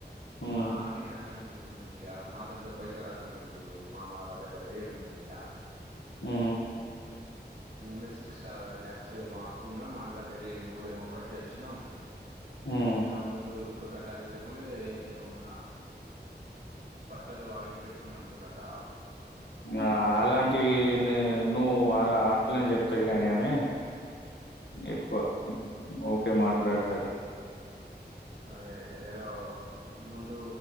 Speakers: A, on the left (about 90°); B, on the right (about 55°).
A: ఉమ్
B: ఆ ఆపినన్నది ముందు పొద్దు నీచ్చియా మా దగ్గర పైసలు అడుగుతుండ్రు మామలా దగ్గర ఏడున్నాయె ఈడా
A: ఉమ్
B: మేమే సిక్స్ ల్యాక్స్ ఏమో అప్పు ఉన్నాం మన్ల అటు వెళ్ళి మూడు ఏమో కట్టి వచ్చినాం
A: ఉమ్
B: ఇంక మూడు ఇప్పుడు కట్టాల వెళ్ళకుంే ఏదో మన పట్టలు అవి పెట్టుమంటురట
A: ఆ అలాంటివి ని నువ్వు ఇట్లనె జెప్తది ఇగ ఆమె ఎక్కువ ఓ ఓకే మాట్లాడతది.
B: అదే ఏదో ముందు